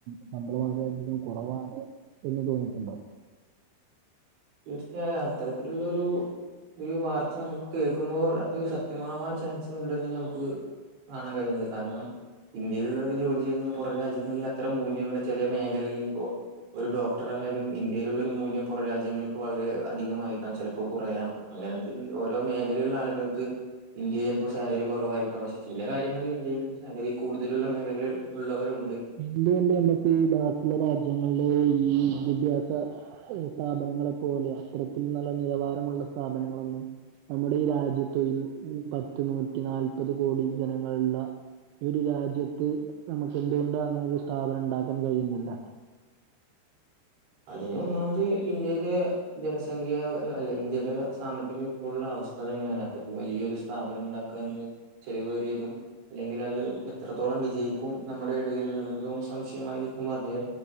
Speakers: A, on the right; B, on the right.
A: ശമ്പളം വളരെയധികം കുറവാണ് എന്ന് തോന്നിട്ടുണ്ടോ?
B: തീർച്ചയായും അത്തരത്തിലുള്ളരു ഒരു വാർത്ത നമുക്ക് കേൾക്കുമ്പോൾ അത് സത്യമാവാൻ ചാൻസ് ഉണ്ട്ന്ന് നമക്ക് കാണാൻ കഴിയുണ്ട് കാരണം ഇന്ത്യയിലുള്ളള്ളവര് ജോലി ചെയ്യുന്നത് പുറ രാജ്യങ്ങളിൽ അത്ര മൂല്യമുള്ള ചെലെ മേഖലകളിൽ ഇപ്പോ ഒരു ഡോക്ടറായാലും ഇന്ത്യയിലുള്ള ഒരു മൂല്യം പൊറ രാജ്യങ്ങൾ വളരെ അധികംമായിക്കാം ചിലപ്പോൾ കുറയാം അങ്ങനെ ഓരോ മേഖലയിലുള്ള ആളുകൾക്ക് ഇന്ത്യയിൽ ചിലപ്പോൾ സാലറി കുറവായിരിക്കും പക്ഷെ ചില കാര്യങ്ങൾ ഇന്ത്യയിൽ സാലറി കൂടുതലുള്ള മേഖലയിൽ ഉള്ളവരു ഉണ്ട്
A: എന്തുകൊണ്ട് നമക്ക് ബാക്കിയുള്ള രാജ്യങ്ങളിലെ ഈ വിദ്യാഭ്യാസ സ്ഥാപനങ്ങളെപ്പോലെ അത്തരത്തിലുള്ള നല്ല നിലവാരമുള്ള സ്ഥാപനങ്ങളൊന്നും നമ്മുടെ ഈ രാജ്യത്ത് ഇന്ന് പത്ത് നൂറ്റി നാല്പത് കോടി ജനങ്ങളുള്ള ഈ ഒരു രാജ്യത്ത് നമക്ക് എന്തുകൊണ്ട അങ്ങനെ ഒരു സ്ഥാപനം ണ്ടാക്കാൻ കഴിയുന്നില്ല
B: അതിന് ഒന്നാമത് ഇന്ത്യയിലെ ജനസംഖ്യ അല്ലെ ഇന്ത്യയിലെ സാമ്പത്തിക ഉള്ള അവസ്ഥ തന്നെയാണ് അത്രക്ക് വലിയൊരു സ്ഥാപനം ഉണ്ടാക്കൻന്ന ചെലവേറിയതും അല്ലെങ്കിൽ അത് എത്രത്തോളം വിജയിക്കും നമ്മുടെ ഇടയിൽ എന്ന് ഉള്ളതും സംശയമായി നിൽക്കുമ്പോൾ അതെ